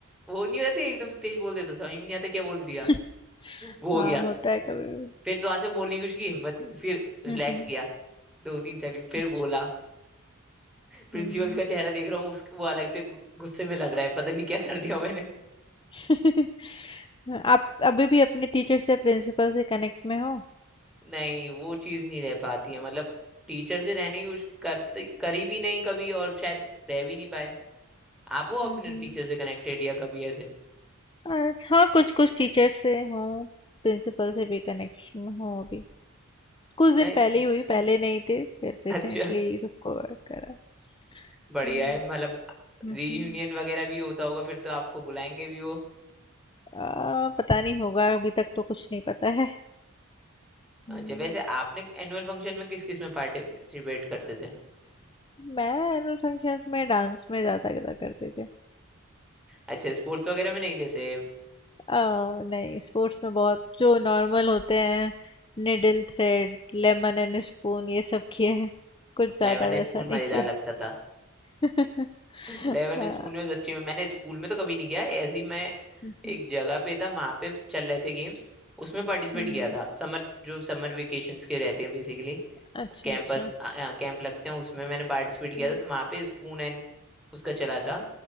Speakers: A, in the centre; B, on the left (about 25°).
A: वो नहीं हो जाते एकदम से तेज बोल देते तो समझ में नहीं आता क्या बोल दिया
B: <laughs>
A: वो
B: हाँ,
A: हो गया
B: होता है कभी-कभी।
A: फिर दोबारा से बोलने की उसकी हिम्मत नहीं फिर रिलैक्स
B: हुँ, हुँ।
A: किया दो तीन सेकंड फिर
B: अच्छ
A: बोला प्रिंसिपल
B: हुँ।
A: का चेहरा देख रहा हूँ उस वो अलग से गु- गुस्से में लग रहा है पता नहीं क्या कर दिया मैंने
B: <laughs> आप अभी भी अपने टीचर से प्रिंसिपल से कनेक्ट में हो?
A: नहीं वो चीज नहीं रह पाती है मतलब टीचर से रहने की कुछ करते करी भी नहीं कभी और शायद रह भी नहीं पाए आप हो
B: हुँ,
A: अपने
B: हुँ।
A: टीचर से कनेक्टेड या कभी ऐसे
B: अ, हाँ, कुछ-कुछ टीचर से हूँ, प्रिंसिपल से भी कनेक्शन में हूँ अभी। कुछ दिन
A: मैं
B: पहले ही हुई, पहले नहीं थे, फिर रिसेंटली
A: अच्छा
B: सबको अ, करा।
A: बढ़िया
B: हुँ,
A: है मतलब
B: हुँ,
A: रीयूनियन
B: हुँ।
A: वगैरह भी होता होगा फिर तो आपको बुलाएंगे भी वो
B: अ, पता नहीं होगा, अभी तक तो कुछ नहीं पता है। हुँ।
A: अच्छा वैसे आपने एनुअल फंक्शन में किस किस में पार्टिसिपेट करते थे
B: मैं एनुअल फंक्शंस में डांस में ज़्यादा करा करते थे।
A: अच्छा स्पोर्ट्स वगैरह में नहीं जैसे
B: आ, नहीं स्पोर्ट्स में बहुत जो नॉर्मल होते हैं needle thread lemon and spoon ये सब किए हैं कुछ ज्यादा
A: इलेवन
B: वैसा
A: स्पून
B: नहीं
A: मजेदार
B: किए
A: लगता था
B: <laughs>
A: इलेवन
B: आ,
A: स्पून में सच्ची में मैंने स्कूल में तो कभी नहीं किया है। ऐसी मैं
B: हम्म,
A: एक जगह पे था वहां पे चल रहे थे गेम्स उसमें पार्टिसिपेट
B: हम्म,
A: किया था समर जो समर वेकेशंस के रहते हैं बेसिकली
B: अच्छा
A: कैंपस
B: अच्छा
A: कैंप लगते हैं उसमें मैंने पार्टिसिपेट किया
B: हम्म,
A: था तो वहां पे स्पून एंड उसका चला था